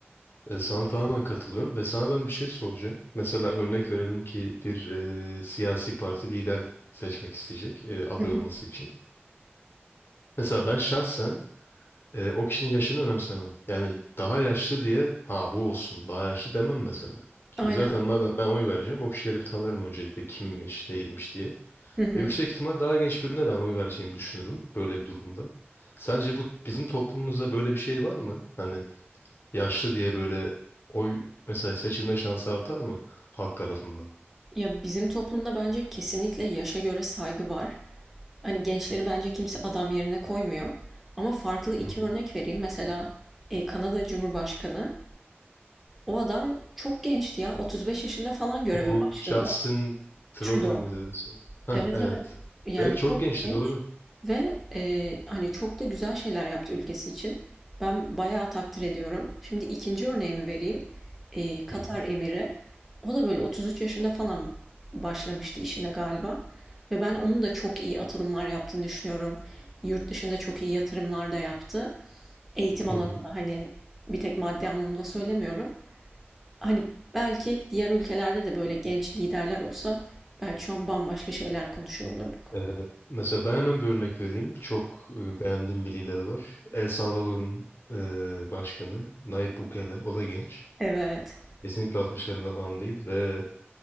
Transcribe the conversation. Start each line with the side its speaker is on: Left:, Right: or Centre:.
Left: E, sana tamamen katılıyorum ve sana ben bir şey soracağım. Mesela örnek verelim ki bir e, siyasi parti lider seçmek isteyecek e, aday
Centre: Hı hı.
Left: olması için. Mesela ben şahsen e, o kişinin yaşını önemsemem. Yani daha yaşlı diye ha bu olsun daha yaşlı demem mesela. Çünkü
Centre: Aynen.
Left: zaten madem ben oy vereceğim o kişileri bir tanırım öncelikle kimmiş değilmiş diye.
Centre: Hı hı.
Left: Ve yüksek ihtimal daha genç birine ben oy vereceğimi düşünürüm böyle bir durumda. Sence bu bizim toplumumuzda böyle bir şey var mı? Hani yaşlı diye böyle oy mesela seçilme şansı artar mı halk tarafından?
Centre: Ya bizim toplumda bence kesinlikle yaşa göre saygı var. Hani gençleri bence kimse adam yerine koymuyor. Ama farklı iki
Left: Hı hı.
Centre: örnek vereyim. Mesela e, Kanada Cumhurbaşkanı. O adam çok gençti ya. 35 yaşında falan göreve
Left: Bu
Centre: başladı.
Left: Justin Trudeau
Centre: Trudeau.
Left: muydu? dedesi? Ha
Centre: Evet
Left: evet.
Centre: evet. Yani
Left: Evet çok
Centre: çok
Left: gençti
Centre: genç.
Left: doğru.
Centre: Ve eee, hani çok da güzel şeyler yaptı ülkesi için. Ben bayağı takdir ediyorum. Şimdi ikinci örneğimi vereyim. Eee, Katar
Left: Hı hı.
Centre: Emiri. O da böyle 33 yaşında falan başlamıştı işine galiba. Ve ben onun da çok iyi atılımlar yaptığını düşünüyorum. Yurt dışında çok iyi yatırımlar da yaptı. Eğitim alanında
Left: Hı hı.
Centre: hani bir tek maddi anlamda söylemiyorum. Hani belki diğer ülkelerde de böyle genç liderler olsa belki şu an bambaşka şeyler konuşuyor olurduk.
Left: Ee, mesela ben hemen bir örnek vereyim. Çok e, beğendiğim bir lider var. El Salvador'un e, başkanı Nayib Bukele. O da genç.
Centre: Evet.
Left: Kesinlikle 60'larında falan değil ve